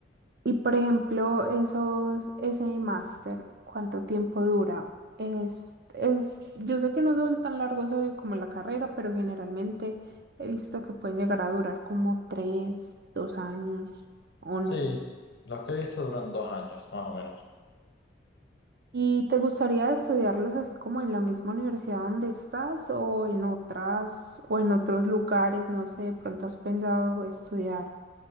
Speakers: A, on the right; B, on the left.
A: Y por ejemplo, esos, ese máster, ¿cuánto tiempo dura? Es, es, yo sé que no son tan largos, obvio, como la carrera, pero generalmente he visto que pueden llegar a durar como tres, dos años o
B: Sí,
A: no. sé.
B: los que he visto duran dos años, más o menos.
A: ¿Y te gustaría estudiarlos así como en la misma universidad donde estás o en otras o en otros lugares? No sé, de pronto has pensado estudiar.